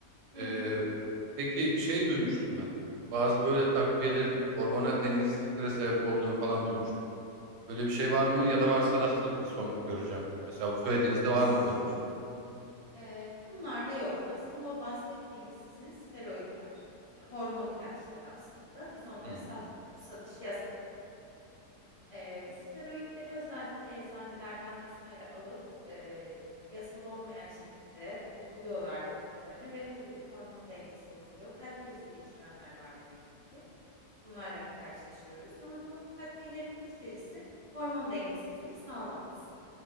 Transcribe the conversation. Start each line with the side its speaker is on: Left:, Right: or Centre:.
Left: Hı
Right: Ee,
Left: hı.
Right: peki şey duymuştum ben. Bazı böyle takviyelerin hormonal dengesizliklere sebep olduğunu falan duymuştum. Böyle bir şey var mı
Left: E,
Right: ya da varsa nasıl bir sonuç göreceğim? Mesela bu söylediğinizde var
Left: Ş-
Right: mı böyle bir şey?
Left: e, bunlar da yok. Aslında o bahsettiğiniz sizin steroidler. yani hormon ilaçları aslında. Biz onları
Right: Hmm.
Left: satmıyoruz. Satışı yasak. E, bu steroidleri özellikle eczanelerden vesaire alıp e, yasal olmayan şekilde uyguluyorlar vücutlarına ve tabii ki hormon dengesi bozuluyor. Kalp krizi geçirenler var ne yazık ki. Bunlarla karşılaşıyoruz ama bu takviyelerin hiçbirisi hormon dengesizliği sağlamaz.